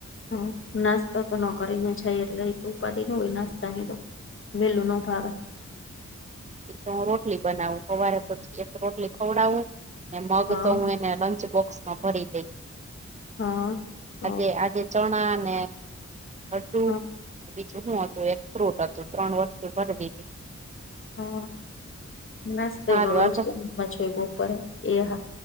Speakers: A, on the left; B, on the right.
A: હમ નાસ્તોતો નો કરીને જઈએ એટલે તો ઉપાધિ ન હોય નાસ્તાની તો. વેલુ ના ઉઠાવે.
B: તો હું રોટલી બનાવું સવારે તો એક રોટલી ખવડાવુંને મગ
A: હા
B: તો હું એ ને લંચબોક્સમાં ભરીદે
A: હા હ
B: આજે આજે ચણા ને લડ્ડુ.
A: હ
B: બીજું હું હતું એક ફ્રૂટ હતું ત્રણ વસ્તુ ભરી દીધી.
A: હા નાસ્તો
B: સારું
A: એ ન
B: હાલો
A: <unintelligible> બપોરે એ હા.